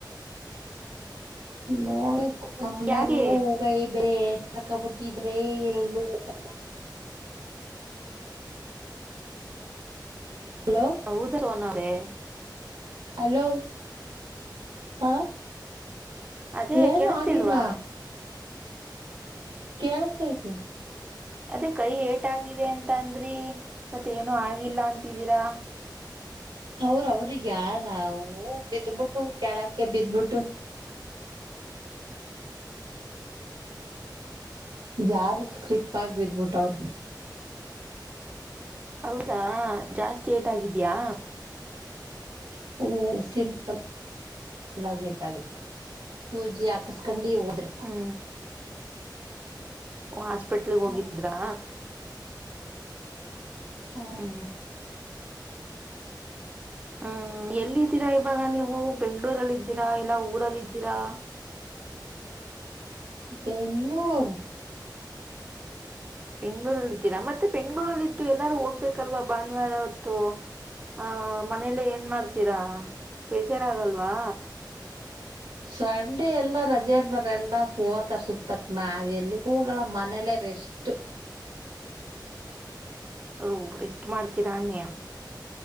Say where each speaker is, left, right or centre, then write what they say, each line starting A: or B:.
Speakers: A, on the right; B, on the right.
A: <unintelligible>
B: ಯಾಕೆ
A: <unintelligible> <unintelligible> ಹಲೋ
B: ಹೌದನ್ರೆ
A: ಹಲೋ ಹಾ
B: ಅದೇ
A: ಏನು
B: ಕೇಳಿಸ್ತಿಲ್ವಾ
A: ಆಗಿಲ್ಲ ಕೇಳಸ್ತೈತೆ
B: ಅದೇ ಕೈ ಏಟಾಗಿದೆ ಅಂತ ಅಂದ್ರಿ ಮತ್ತ ಏನು ಆಗಿಲ್ಲ ಅಂತಿದ್ದೀರಾ
A: ಅವ್ರ ಅವ್ರಗ ಯ ನಾವು ಬಿದ್ಬಿಟ್ಟು ಕೇಳಕ್ಕೆ ಬಿದ್ಬಿಟ್ಟು ಜಾರಿ ಸ್ಕ್ರಿಪ್ ಆಗ ಬಿದ್ಬಿಟ್ಟ ಅವ್ರಿ
B: ಹೌದಾ ಜಾಸ್ತಿ ಏಟಾಗಿದ್ಯಾ
A: ಒ ಸಿಂಪಲ್ ಹುಳಾಗಿ ಇಟ್ಟಾಗಿತ್ತು ಸೂಜಿ ಹಾಕಸ್ಕಂಡಿ ಹೋದ್ರು
B: ಹಾ ಹಾಸ್ಪಿಟ್ಲ್ಗೆ ಹೋಗಿದ್ರಾ
A: ಹ ಹ
B: ಹ್ಮ ಹ್ಮ್ ಎಲ್ಲಿದ್ದೀರಾ ಇವಾಗ ನೀವು ಬೆಂಗ್ಗಳೂರಲ್ಲಿ ಇದ್ದೀರಾ ಇಲ್ಲ ಊರಲ್ಲಿ ಇದ್ದೀರಾ
A: ಬೆಂಗಳೂರ್
B: ಬೆಂ್ಗಳೂರಲ್ಲ ಇದಿದ್ದೀರಾ ಮತ್ತೆ ಬೆಂಗಳೂರಲ್ಲಿ ಇದಿದ್ದು ಎಲ್ಲಾರು ಹೋಗ್ಬೇಕಲ್ವಾ ಭಾನುವಾರ ಹೊತ್ತು ಹ ಮನೇಲ್ಲ ಏನ್ ಮಾಡ್ತೀರಾ ಬೇಜಾರ ಆಾಗಲ್ವಾ
A: ಸಂಡೆ ಎಲ್ಲಾ ರಜೆ ಇರ್ತಾರ ಎಲ್ಲಾ ಹೋತರ ಸುತ್ಯಕ್ ನಾವ ಎಲ್ಲಿಗೂ ಹಲ್ಲ ಮನೇಲ್ಲೇ ರೆಶ <unintelligible>
B: ಅವ ರೆಸ್ಟ್ ಮಾಡ್ತೀರಾ ಅನ್ನಿ